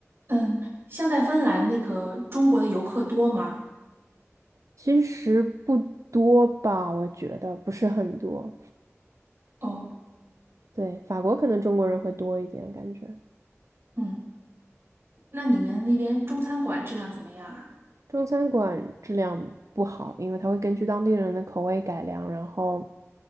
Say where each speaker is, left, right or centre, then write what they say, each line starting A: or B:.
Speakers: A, on the right (about 50°); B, on the right (about 80°).
A: 嗯，像在芬兰那个中国的游客多吗？
B: 其实不多吧，我觉得不是很多。
A: 哦，
B: 对，法国可能中国人会多一点，感觉。
A: 嗯，那你们那边中餐馆质量怎么样啊？
B: 中餐馆质量不好，因为它会根据当地人的口味改良，然后